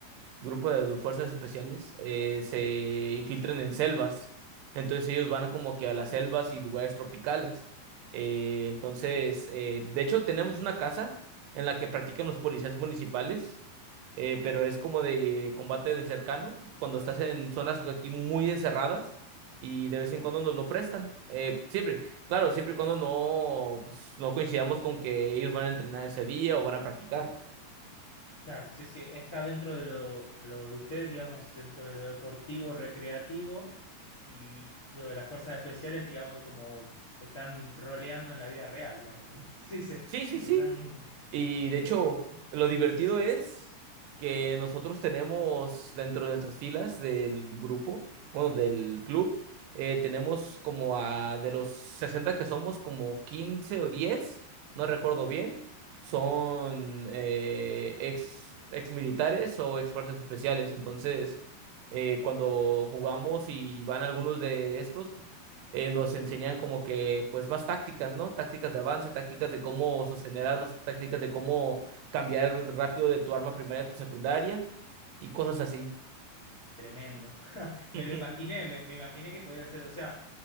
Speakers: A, on the right; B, on the left.
A: grupo de fuerzas especiales eh, se infiltran en selvas. Entonces ellos van como que a las selvas y lugares tropicales. Eh, entonces, eh, de hecho, tenemos una casa en la que practican los policías municipales, eh, pero es como de combate de cercano, cuando estás en zonas aquí muy encerradas y de vez en cuando nos lo prestan. Eh, siempre, claro, siempre y cuando no, pues, no coincidamos con que ellos van a entrenar ese día o van a practicar.
B: Claro, sí, sí, está dentro de lo, lo de ustedes, digamos, dentro de lo deportivo, recreativo y lo de las fuerzas especiales, digamos, como están roleando en la vida real, digamos, como <laughs> se dice,
A: Sí, sí, sí.
B: están
A: Y de
B: eh,
A: hecho, lo divertido es que nosotros tenemos dentro de nuestras filas del grupo, bueno, del club, eh, tenemos como a de los 60 que somos, como 15 o diez no recuerdo bien, son eh, ex, ex militares o ex fuerzas especiales. Entonces, eh, cuando jugamos y van algunos de estos, eh, nos enseñan como que, pues, más tácticas, ¿no? Tácticas de avance, tácticas de cómo sostener armas, tácticas de cómo cambiar rápido de tu arma primaria a tu secundaria y cosas así.
B: tremendo. <laughs> Me
A: <laughs>
B: lo imaginé, me, me imaginé que podía ser, o sea,